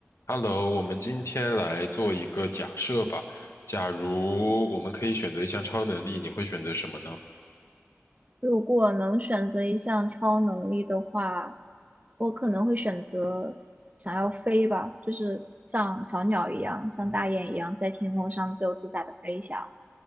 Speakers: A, on the left; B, on the right.
A: Hello，我们今天来做一个假设吧。假如我们可以选择一项超能力，你会选择什么呢？
B: 如果能选择一项超能力的话，我可能会选择想要飞吧，就是像小鸟一样，像大雁一样，在天空上自由自在的飞翔。